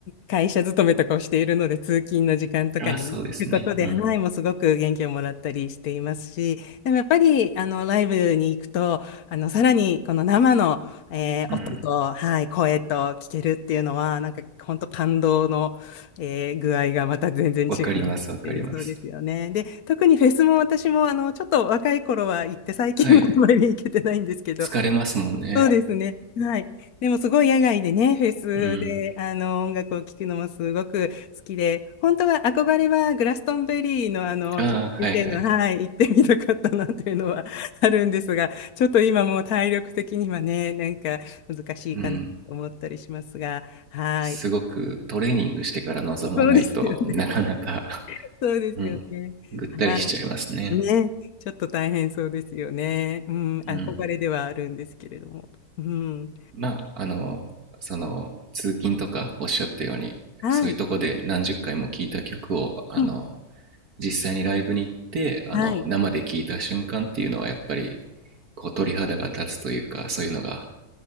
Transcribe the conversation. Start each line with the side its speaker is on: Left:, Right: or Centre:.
Left: 会社勤めとかをしているので、通勤の時間とかに聞くことで、
Right: あそうですね。うん。
Left: はい、もうすごく元気をもらったりしていますし、でもやっぱり、あの、ライブに行くと、あの、さらに、この生の、えー音と、
Right: うん。
Left: はい、声と聞けるっていうのは、なんか、本当感動の、えー具合がまた全然違うっていう、
Right: わかります、わかります。
Left: そうですよね。で、特にフェスも私も、あの、ちょっと若い頃は行って、最近はあんまり行けてないんですけど、
Right: はい。疲れますもんね。
Left: そうですね。はい。でもすごい野外でね、フェスで、
Right: うん。
Left: あの、音楽を聴くのもすごく好きで、本当は憧れはグラストンベリーのあの、
Right: ああー、
Left: UK
Right: はいはい。
Left: の、はい、行ってみたかったなっていうのはあるんですが、ちょっと今もう体力的にはね、なんか難しいかなと思ったりしますが、
Right: うん。
Left: はい。
Right: すごくトレーニングしてから臨まないとなかなか
Left: そうですよね。<laughs> そうですよね。
Right: うん、ぐったりしちゃいますね。
Left: あ、ね。ちょっと大変そうですよね。うん、憧れではあるんですけれども。
Right: うん。
Left: うん。
Right: まあ、あの、その、通勤とかおっしゃったように、
Left: はい。
Right: そういうとこで何十回も聴いた曲を、あの、
Left: うん
Right: 実際にライブに行ってあの生で聴いた瞬間っていうのはやっぱり
Left: はい。
Right: こう鳥肌が立つというかそういうのが